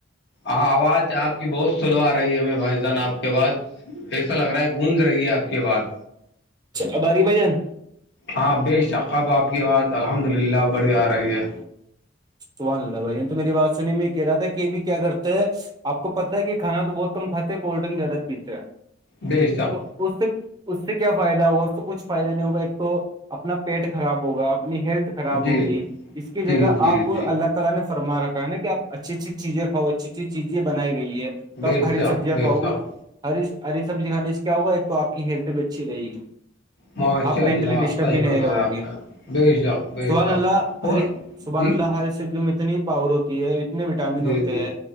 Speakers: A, on the left; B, on the right.
A: ہ آواز آپ کی بہت سلو آ رہی ہے ہمیں بھائی جان آپ کے پاس ایسا لگ رہا ہے گونج رہی ہے آپ کی آواز
B: اباری بھ جان
A: ہاں بےشک آپ کی آواز الحمد للہ بڑی آ رہی ہے
B: سحان اللہ بھائی نے تو میری بات سنی میں یہ کہہ رہا تھا کہ یہ بھی کیا کرتے ہے آ کو پتا ہے کہ کانا تو بہت کم کاتے ہیں کولڈ ڈرنک زیادہ پیتے ہیں
A: بےشک
B: تو اس اس سے کیا فائدہ ہوگا اس سے کچھ فائدہ نہیں ہوگا ایک تو اپنا پیٹ خراب ہوگا اپنی ہیلتھ خراب
A: جی
B: ہوگی اس کی جگہ
A: جی جی
B: آپ کو
A: جی
B: اللہ تالی نے فرمارکھا ہےنا آپ اچھی اچھی چیزیں کھؤ اچھی اچھی چیزیں بنائی گئی ہے کب
A: بے
B: ہری
A: شک
B: سبزیاں
A: بے
B: کھاؤ
A: شک
B: گے ہری ہری سبزی کھانے سے کیا ہوا ہے تو آپ کی ہیلتھ بھی اچھی رہے گی
A: ماشاء
B: آپ مینٹلی
A: اللہ
B: ڈسٹرب
A: صحیح
B: بھی نہیں
A: فرمایا
B: رہو
A: آپ
B: گی
A: نے بے شک بے
B: سبحان
A: شک
B: اللہ
A: اور
B: سبحان
A: جی
B: اللہ سوں میں اتنی ہی پاور ہوتی ہے اتنے وٹامن
A: جی
B: ہوتے
A: جی
B: ہیں